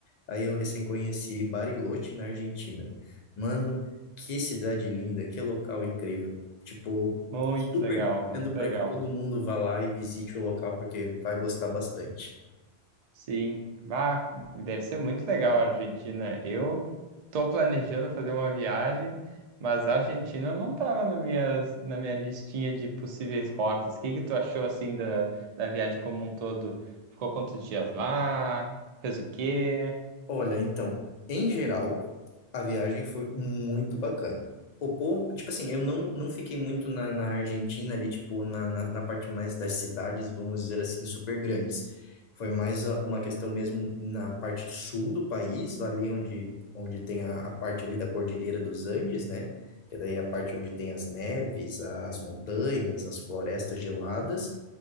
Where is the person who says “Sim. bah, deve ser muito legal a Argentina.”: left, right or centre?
Right